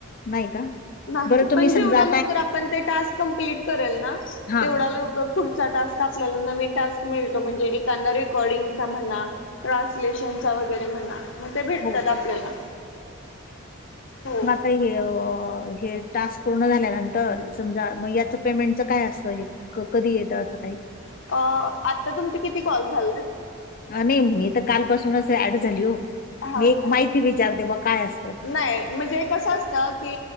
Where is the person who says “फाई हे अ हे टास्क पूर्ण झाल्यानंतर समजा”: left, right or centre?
Left